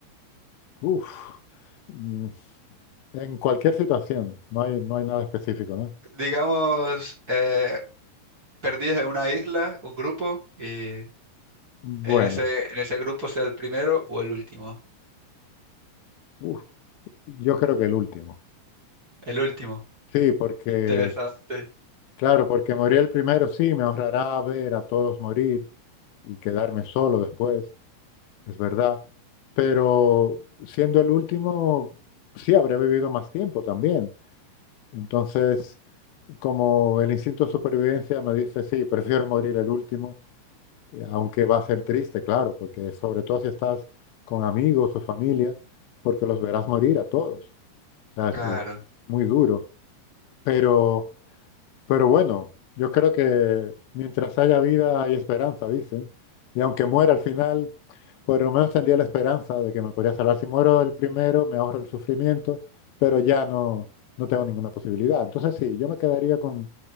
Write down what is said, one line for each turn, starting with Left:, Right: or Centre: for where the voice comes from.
Left: Uf, mm, en cualquier situación, no hay, no hay nada específico, ¿no?
Right: Digamos, eh, perdidos en una isla, un grupo, y en
Left: Bueno,
Right: ese, en ese grupo ser el primero o el último.
Left: uf, yo creo que el último.
Right: El último.
Left: Sí, porque
Right: Interesante.
Left: Claro, porque morir el primero sí me ahorrará ver a todos morir y quedarme solo después, es verdad. Pero siendo el último, sí habré vivido más tiempo también. Entonces, como el instinto de supervivencia me dice, sí, prefiero morir el último, eh, aunque va a ser triste, claro, porque sobre todo si estás con amigos o familia, porque los verás morir a todos. O sea, es
Right: Claro,
Left: es muy duro. Pero. Pero bueno, yo creo que mientras haya vida hay esperanza, dicen. Y aunque muera al final, por lo menos tendría la esperanza de que me podría salvar. Si muero el primero, me ahorro el sufrimiento, pero ya no, no tengo ninguna posibilidad. Entonces sí, yo me quedaría con,